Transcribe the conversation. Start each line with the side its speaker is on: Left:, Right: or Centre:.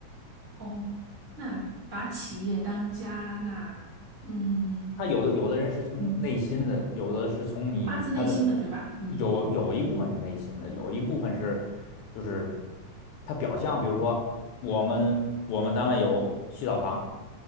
Right: 哦，那把企业当家，那嗯
Left: 他有的有的人是从内心的，
Right: 嗯，
Left: 有的是从你他的
Right: 发自内心的，对吧？嗯
Left: 有有一部分是内心的，有一部分是就是他表象，比如说我们我们单位有洗澡堂，